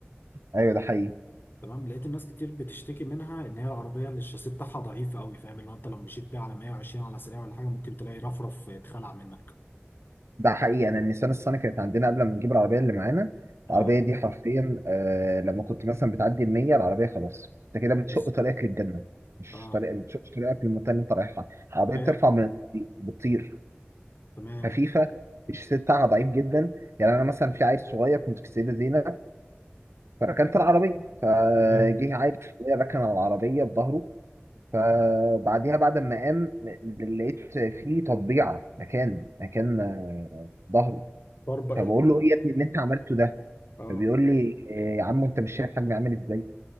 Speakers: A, on the right (about 85°); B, on the left (about 50°).
A: ايوه ده حقيقي
B: تمام لقيت الناس كتير بتشتكي منها ان هي العربيه اللي الشاسيه بتاعها ضعيف قوي فاهم اللي هو انت لو مشيت بيها على 120 على سريع ولا حاجه ممكن تلاقي رفرف يتخلع منك
A: ده حقيقي انا النيسان الصني كانت عندنا قبل ما نجيب العربيه اللي معانا العربيه
B: اه
A: دي حرفيا آه لما كنت مثلا بتعدي ال 100 العربيه خلاص انت كده بتشق
B: بز...
A: طريقك للجنه مش
B: اه
A: طريق بتشق طريقك للمنطقه اللي انت رايحها العربيه
B: ف
A: بترفع من الطريق بتطير
B: تمام
A: خفيفه الشاسيه بتاعها ضعيف جدا يعني انا مثلا في عيل صغير كنت في السيده زينب فركنت العربيه فجه
B: تمام
A: عيل صغير ركن على العربيه بظهره فبعديها بعد ما قام لقيت فيه تطبيعه مكان مكان آه، ظهري
B: بربق
A: فبقول
B: ال
A: له ايه يا ابني اللي انت عملته ده
B: اه
A: فبيقول لي إيه يا عم انت مش شايف حجمي عامل ازاي